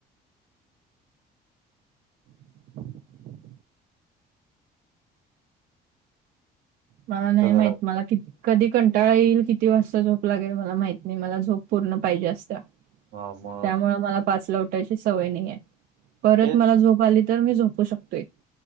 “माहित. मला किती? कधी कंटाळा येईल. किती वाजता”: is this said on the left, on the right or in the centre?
Right